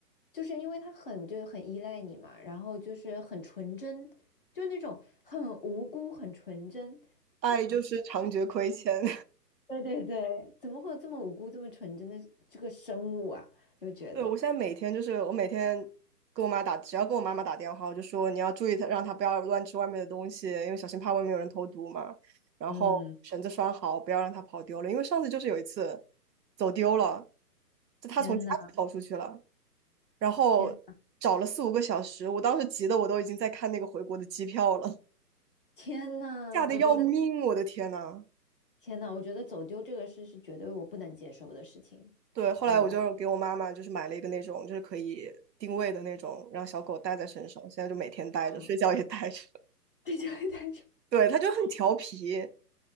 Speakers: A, on the left (about 35°); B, on the right (about 80°).
A: 就是因为他很就很依赖你嘛，然后就是很纯真，就是那种很无辜、很纯真。
B: 爱就是常觉亏欠。
A: 对对对，怎么会有这么无辜、这么纯真的这个生物啊？
B: <laughs>
A: 又觉得，
B: 对，我现在每天就是我每天跟我妈打，只要跟我妈妈打电话，我就说你要注意她，让她不要乱吃外面的东西，因为小心怕外面有人投毒嘛。然后绳子拴好，
A: 嗯，
B: 不要让它跑丢了，因为上次就是有一次走丢了，就他从家里跑出去了。
A: 天呐，
B: 然后找了四五个小时，
A: 天，
B: 我当时急的我都已经在看那个回国的机票了，
A: 天呐，
B: <laughs> 吓得要命，
A: 我觉得，
B: 我的天呐！
A: 天呐，我觉得走丢这个事是绝对我不能接受的事情。
B: 对，后来我就给我妈妈就是买了一个那种就是可以定位的那种，
A: 我，
B: 让小狗带在身上，现在就每天带着，
A: 嗯，
B: 睡觉也带着。
A: <laughs> 对，就会带着。
B: <laughs> 对，它就很调皮，